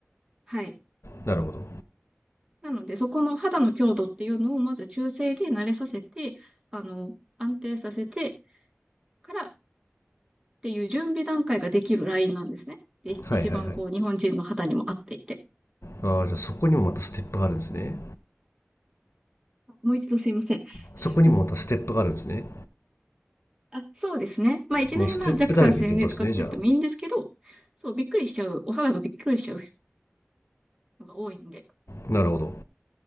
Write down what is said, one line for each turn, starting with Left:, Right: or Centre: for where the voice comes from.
Right: はい。
Left: なるほど
Right: なので、そこの肌の強度っていうのをまず中性で慣れさせて、あの、安定させてからっていう準備段階ができるラインなんですね。で、一番こう、
Left: はいはいはい
Right: 日本人の肌にも合っていて。
Left: ああじゃあそこにもまたステップがあるんですね
Right: もう一度すいません。
Left: そこにもまたステップがあるんですね
Right: うんあ、そうですね。まあ、いきなりまあ、
Left: もうステップだらけってことですねじゃあ
Right: ジャックさん宣伝使ってってもいいんですけど、そう、びっくりしちゃう、お肌がびっくりしちゃうのが多いんで、
Left: なるほど